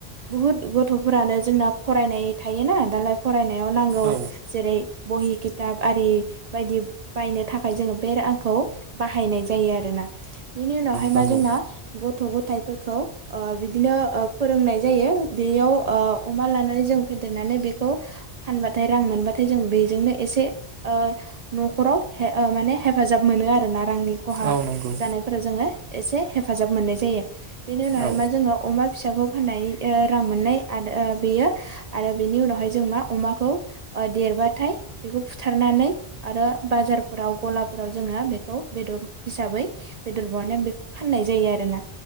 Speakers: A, on the right; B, on the right.
A: बुहुत गथ'फोरानो जोंना फरायनाय थायोना दालाय फरायनाय आव नांगौ
B: औ
A: जेरै बहिकित दाब आरि बायदि बायनो थाखाय जोङो बे रांखौ बाहायनाय जायो आरोना। बेनि उनावहाय
B: नंगौ
A: मा जोंना गथ' - गथाइ फोरखौ ओ बिदिनो ओ फोरोंनाय जायो बेयाव ओ अमा लानानै जों फेदेरनानै बेखौ फानबाथाय रां मोनबाथाय जों बेजोंनो एसे ओ न'खराव माने हेफाजाब मोनो आरोना। रांनि खहा
B: औ नंगौ
A: जानायफोराव जोङो एसे हेफाजाब मोननाय जायो। बेनि उनावहाय
B: औ
A: मा जोङो अमा फिसाखौ फाननानै ओ रां मोननाय आद बेयो आरो बेनि उनावहाय जों मा अमाखौ ओ देरबाथाय बेखौ फुट सिथारनानै आरो बाजारफोराव गलाफोराव जोङो बेखौ बेदर हिसाबै बेदर बावनाय बेखौ फाननाय जायो आरोना।